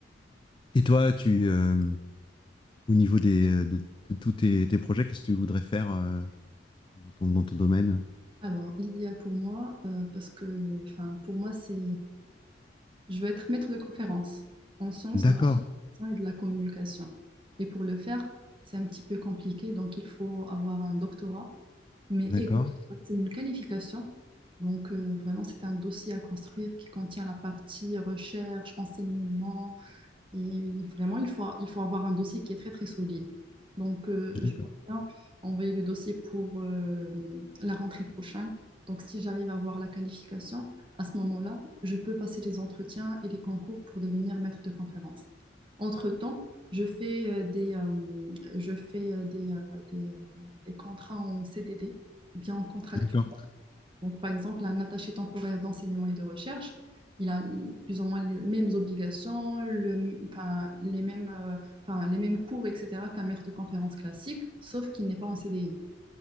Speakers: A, on the left; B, on the right.
A: et toi, tu, euh, au niveau des, euh, de, de tous tes, tes projets, qu'est-ce que tu voudrais faire euh, dans ton, dans ton domaine?
B: Alors, l'idéal pour moi, euh, parce que enfin, pour moi, c'est Je veux être maître de conférence en sciences
A: D'accord,
B: de l'information et de la communication. Et pour le faire, c'est un petit peu compliqué, donc il faut avoir un doctorat, mais
A: d'accord,
B: c'est une qualification. Donc euh, vraiment, c'est un dossier à construire qui contient la partie recherche, enseignement, et vraiment, il faut, il faut avoir un dossier qui est très, très solide. Donc, euh,
A: d'accord,
B: je pense bien envoyer le dossier pour euh, la rentrée prochaine. Donc, si j'arrive à avoir la qualification, à ce moment-là, je peux passer les entretiens et les concours pour devenir maître de conférence. Entre-temps, je fais euh, des, euh, je fais euh, des, euh, des, euh, des contrats en CDD, ou bien en contractuel.
A: d'accord.
B: Donc, par exemple, un attaché temporaire d'enseignement et de recherche, il a plus ou moins les mêmes obligations, le, enfin, les, mêmes, euh, enfin, les mêmes cours, etc., qu'un maître de conférence classique, sauf qu'il n'est pas en CDI.